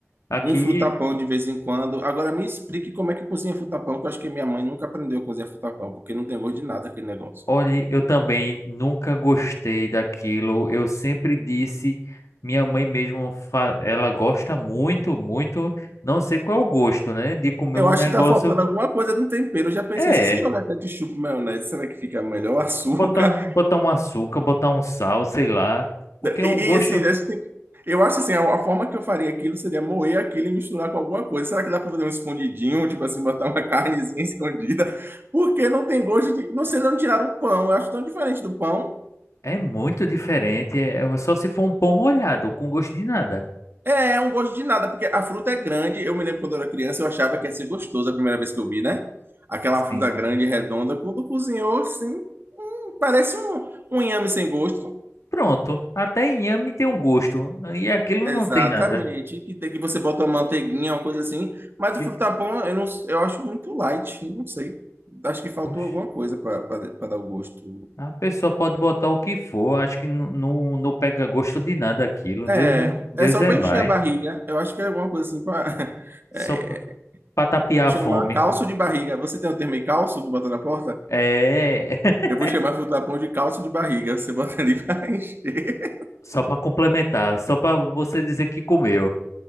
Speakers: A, on the left; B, on the right.
A: Aqui.
B: um frutapão de vez em quando. Agora me explique como é que cozinha frutapão, que eu acho que minha mãe nunca aprendeu a cozinhar frutapão, porque não tem gosto de nada aquele negócio.
A: Olhe, eu também nunca gostei daquilo. Eu sempre disse, minha mãe mesmo, fa- ela gosta muito, muito, não sei qual é o gosto, né? De comer
B: Eu
A: um
B: acho
A: negócio,
B: que tá faltando alguma coisa no tempero. Eu já pensei
A: é,
B: assim, se jogar ketchup, maionese, será que fica melhor? <laughs> Açúcar?
A: botar, botar um açúcar, botar um sal, sei lá, porque é
B: E,
A: um gosto
B: e, assim, acho que tem- eu acho assim, a, a forma que eu faria aquilo seria moer aquilo e misturar com alguma coisa. Será que dá para fazer um escondidinho, tipo assim, botar uma <laughs> carnezinha escondida? Porque não tem gosto de. Não sei, não tiraram o pão. Eu acho tão diferente do pão.
A: é muito diferente, é é só se for um pão molhado, com gosto de nada.
B: É, é um gosto de nada, porque a fruta é grande. Eu me lembro quando eu era criança, eu achava que ia ser gostoso a primeira vez que eu vi, né? Aquela
A: Sim.
B: fruta grande, redonda. Quando cozinhou, assim, parece um, um inhame sem gosto.
A: Pronto, até inhame tem um gosto, e aquilo
B: Exatamente,
A: não tem nada.
B: que tem que você botar uma manteiguinha, uma coisa assim, mas
A: Fica...
B: o frutapão eu não, eu acho muito light, não sei. Acho que faltou
A: Oxe.
B: alguma coisa para dar o gosto.
A: A pessoa pode botar o que for, acho que não, não, não pega gosto de nada aquilo.
B: É,
A: Deus é, Deus
B: é só
A: é
B: para
A: mais.
B: encher a barriga. Eu acho que é alguma coisa assim para <laughs>
A: Só para tapiar
B: chamar
A: a fome.
B: calço de barriga. Você tem o termo aí, calço que bota na porta?
A: É, <laughs>
B: Eu vou chamar frutapão de calço de barriga. Você bota ali <laughs> para encher.
A: só para complementar, só para você dizer que comeu.